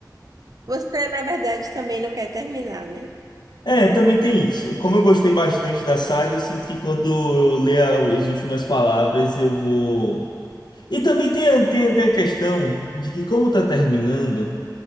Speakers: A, on the right; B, on the left.
A: Você, na verdade, também não quer terminar, né?
B: É, também tem isso. Como eu gostei bastante da saga, eu sinto que quando eu ler a- as últimas palavras, eu vou. E também tem, a- tem, a- tem a questão de que, como tá terminando,